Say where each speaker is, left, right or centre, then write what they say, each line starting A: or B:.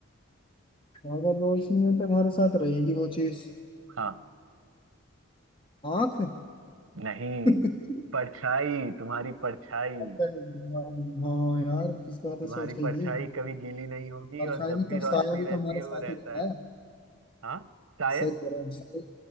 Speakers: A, on the left; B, on the right.
A: अगर रोशनी है तो हमारे साथ रहेगी वो चीज
B: हाँ
A: आँख
B: नहीं
A: <laughs>
B: परछाई तुम्हारी परछाई
A: हाँ हाँ, यार इस बात तो
B: तुम्हारी
A: सोचा ही
B: परछाई
A: नहीं
B: कभी गीली नहीं होगी
A: और साया
B: और जब
A: भी
B: भी
A: तो
B: रोशनी
A: साया भी
B: रहती
A: तो हमारे
B: है वो
A: साथ
B: रहता
A: ही रहता
B: है
A: है
B: हाँ शायद
A: सही कह रहे हो सही